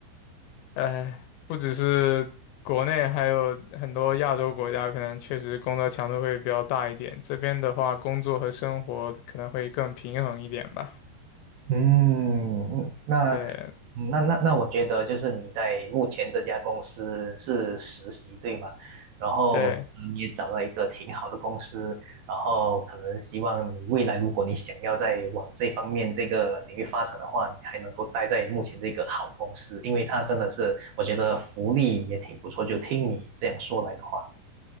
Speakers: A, on the left; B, on the right.
A: 哎，不只是国内，还有很多亚洲国家，可能确实工作强度会比较大一点。这边的话，工作和生活可能会更平衡一点吧。
B: 嗯，那
A: 对
B: 嗯那那那，我觉得就是你在目前这家公司是实习，对吗？然后我觉得你也找到一个挺好的公司，
A: 对，
B: 然后可能希望你未来如果你想要再往这方面这个领域发展的话，你还能够待在目前这个好公司，因为它真的是我觉得福利也挺不错，就听你这样说来的话。